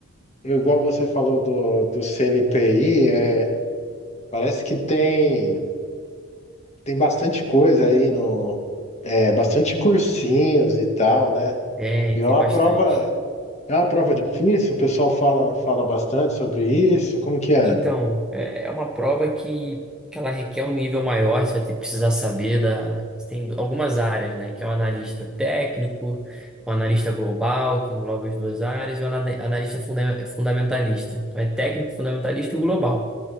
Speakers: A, on the left; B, in the centre.
A: eu, igual você falou do, do CNPI, é, parece que tem, tem bastante coisa aí, no, é, bastante cursinhos e tal, né?
B: Tem,
A: E é
B: tem
A: uma
B: bastante.
A: prova, é uma prova difícil, o pessoal fala, fala bastante sobre isso. Como que é?
B: Então, é é uma prova que, que ela requer um nível maior, você vai ter que precisar saber da. Você tem algumas áreas, né? Que é o analista técnico, o analista global, que engloba as duas áreas, e o ana- analista funda- fundamentalista. Então é técnico, fundamentalista e o global.